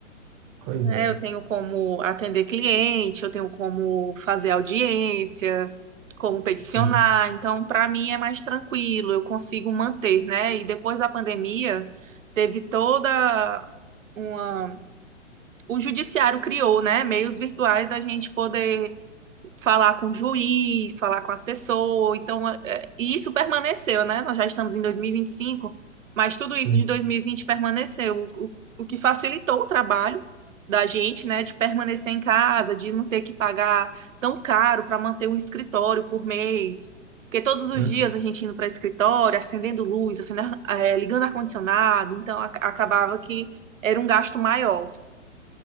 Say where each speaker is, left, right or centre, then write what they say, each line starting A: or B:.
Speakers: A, on the right; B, on the right.
A: Pois
B: né?
A: é.
B: Eu tenho como atender cliente, eu tenho como fazer audiência, como peticionar.
A: É, sim,
B: Então, para mim é mais tranquilo, eu consigo manter, né? E depois da pandemia, teve toda uma... O judiciário criou, né? Meios virtuais da gente poder falar com o juiz, falar com o assessor. Então, é, é, e isso permaneceu, né? Nós já estamos em 2025, mas tudo isso
A: sim.
B: de 2020 permaneceu, o, o, o que facilitou o trabalho da gente, né, de permanecer em casa, de não ter que pagar tão caro para manter um escritório por mês. Porque todos os
A: Hã?
B: dias a gente indo para escritório, acendendo luz, acendendo, é, ligando ar-condicionado, então a- acabava que era um gasto maior.